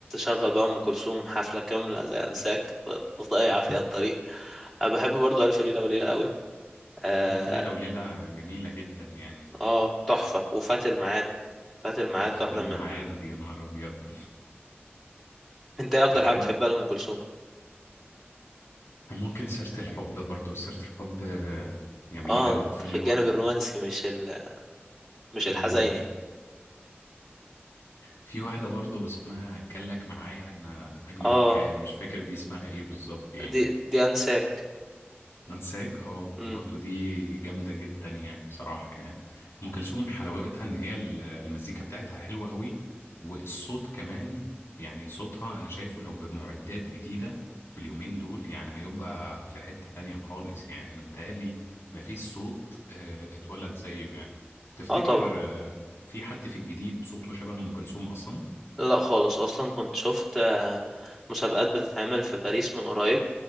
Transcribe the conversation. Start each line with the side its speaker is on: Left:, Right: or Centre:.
Centre: بقى ام كلثوم حفله كامله زي انساك تضيع فيها الطريق أنا بحب برضو الف ليله وليله قوي اه
Left: ألف ليلة وليلة جميلة جدا يعني
Centre: آه، تحفه وفات الميعاد فات الميعاد
Left: فات
Centre: واحده
Left: الميعاد
Centre: من
Left: يا نهار أبيض <laughs>
Centre: انت ايه اكتر
Left: بتحب
Centre: حاجه بتحبها لام كلثوم
Left: ممكن سيرة الحب برضو سيرة الحب جميلة
Centre: اه
Left: وفي
Centre: انت في الجانب الرومانسي مش ال... مش الحزيني
Left: واحدة في واحدة برضو اسمها كان لك معايا أنا أجمل
Centre: اه
Left: حكاية أنا مش فاكر دي اسمها إيه بالظبط يعني
Centre: دي دي انساك
Left: أنساك أه
Centre: امم
Left: برضو دي جامدة جدا يعني بصراحة يعني أم كلثوم حلاوتها إن هي ال- المزيكا بتاعتها حلوة قوي والصوت كمان يعني صوتها أنا شايفه لو بمعدات جديدة باليومين دول يعني هيبقى في حتة تانية خالص يعني أنا متهيألي مفيش صوت آه، اتولد زيه يعني تفتكر
Centre: اه طبعا
Left: آه، في حد في الجديد صوته شبه أم كلثوم أصلا؟
Centre: لا خالص اصلا كنت شفت آه، مسابقات بتتعمل في باريس من قريب